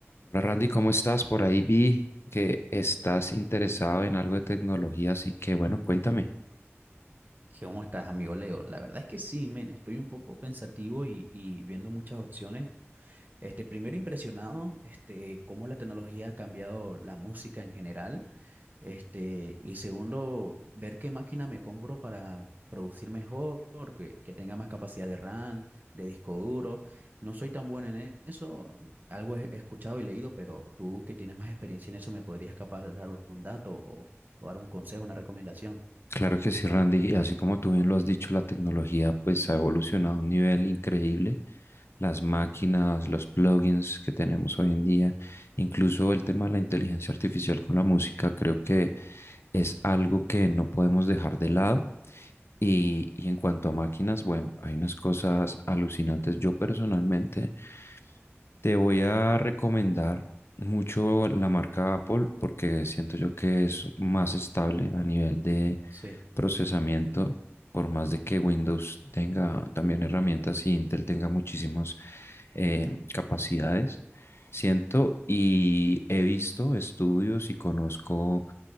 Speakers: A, on the left (about 60°); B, on the right (about 40°).
A: Hola Randy, ¿cómo estás? Por ahí vi que estás interesado en algo de tecnología, así que bueno, cuéntame.
B: ¿Qué ¿Cómo estás, amigo Leo? La verdad es que sí, men, estoy un poco pensativo y, y viendo muchas opciones. Este, primero impresionado, este, cómo la tecnología ha cambiado la música en general. Este, y segundo, ver qué máquina me compro para producir mejor, que, que tenga más capacidad de RAM, de disco duro. No soy tan bueno en eso, algo he he escuchado y leído, pero tú que tienes más experiencia en eso, ¿me podrías capaz dar un dato o, o dar un consejo, una recomendación?
A: Claro que sí, Randy, y así como tú bien lo has dicho, la tecnología pues ha evolucionado a un nivel increíble. Las máquinas, los plugins que tenemos hoy en día, incluso el tema de la inteligencia artificial con la música, creo que es algo que no podemos dejar de lado. Y, y en cuanto a máquinas, bueno, hay unas cosas alucinantes. Yo personalmente Te voy a recomendar mucho la marca Apple porque siento yo que es más estable a nivel de
B: Sí,
A: procesamiento, por más de que Windows tenga también herramientas y Intel tenga muchísimas eh, capacidades. Siento y he visto estudios y conozco